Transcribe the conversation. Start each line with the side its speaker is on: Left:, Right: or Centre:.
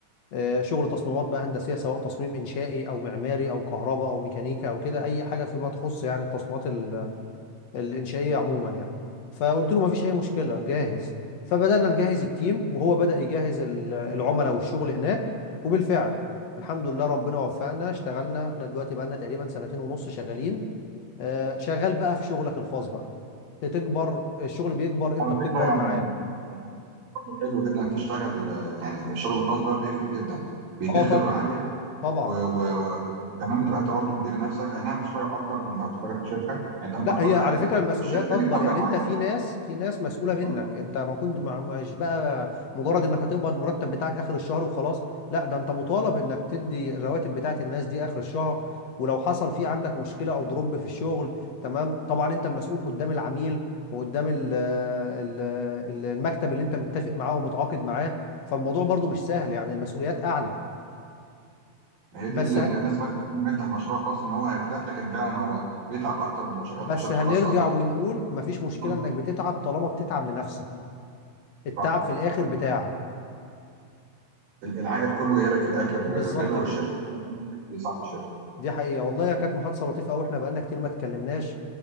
Left: آه، شغل تصميمات بقى هندسيه سواء تصميم انشائي او معماري او كهرباء او ميكانيكا او كده اي حاجه فيما تخص يعني التصميمات ال- الانشائيه عموما يعني فقلت له ما فيش اي مشكله جاهز فبدانا نجهز التيم وهو بدا يجهز ال- العملاء والشغل هناك وبالفعل الحمد لله ربنا وفقنا اشتغلنا احنا دلوقتي بقالنا تقريبا سنتين ونص شغالين آه، شغال بقى في شغلك الخاص بقى بتكبر الشغل بيكبر انت
Right: على
Left: بتكبر
Right: فكرة يعني
Left: معاه
Right: برضه حلو جدا إنك تشتغل آه، يعني شغل خاص ده بيفرق جدا بيديك
Left: اه
Right: خبرة
Left: طبعا
Right: عالية
Left: طبعا
Right: و و و و وكمان بتبقى انت برضه مدير نفسك اي نعم بتشتغل اكتر من لو هتشتغل في شركة يعني انت ممكن
Left: لا
Right: تبقى
Left: هي على
Right: يعني
Left: فكرة المسؤوليات
Right: في الشركة
Left: أكبر
Right: ليك مدة
Left: يعني
Right: معينة
Left: أنت في ناس في ناس مسؤولة منك
Right: مم.
Left: أنت ما كنت ما- مش بقى مجرد إنك هتقبض مرتب بتاعك آخر الشهر وخلاص لا ده أنت مطالب إنك تدي الرواتب بتاعت الناس دي آخر الشهر ولو حصل في عندك مشكلة أو ضرب في الشغل تمام طبعا أنت المسؤول قدام العميل وقدام ال- ال- ال- المكتب اللي أنت متفق معاه ومتعاقد معاه فالموضوع برضو مش سهل يعني المسؤوليات أعلى
Right: ما هي
Left: بس
Right: دي اللي الناس فاكرة انه يفتح مشروع خاص ان هو هيرتاح لكن فعلا هو بيتعب اكتر من لو شغال
Left: بس
Right: في شركة
Left: هنرجع
Right: خاصة
Left: ونقول مفيش مشكلة
Right: مم.
Left: إنك بتتعب طالما بتتعب لنفسك التعب
Right: صح
Left: في الآخر بتاعك
Right: ال- العائد كله جاي لك في الاخر
Left: بالظبط
Right: آه، غير لو
Left: كده
Right: الشركة لصاحب الشركة
Left: دي حقيقة والله هي كانت محادثة لطيفة قوي احنا بقالنا كتير ما اتكلمناش